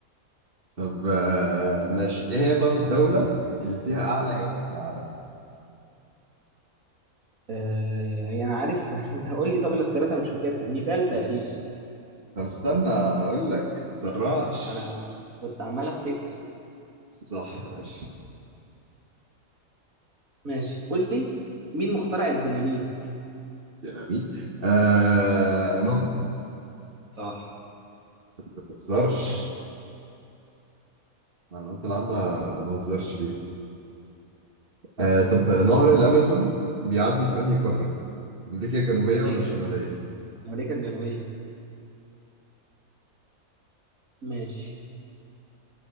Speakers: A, on the right; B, on the right.
A: طب آه، ماشي إيه هي طب الدولة اللي فيها أعلى جبل في العالم؟
B: آه، هي انا عارف <laughs> قول لي طب الاختيارات انا مش فاكرها نيبال تقريبا
A: الس- طب استنى أقول لك متتسرعش
B: انا كنت عمال افتكر
A: بس صح ماشي
B: ماشي قول لي مين مخترع الديناميت
A: ديناميت آه نوبل
B: صح
A: ما بهزرش معلومات العامة ما بهزرش فيها آه طب نهر
B: قول لي
A: الأمازون بيعدي في أنهي قارة؟ أمريكا الجنوبية
B: امريكا
A: ولا الشمالية؟
B: الجنوبيه امريكا الجنوبيه ماشي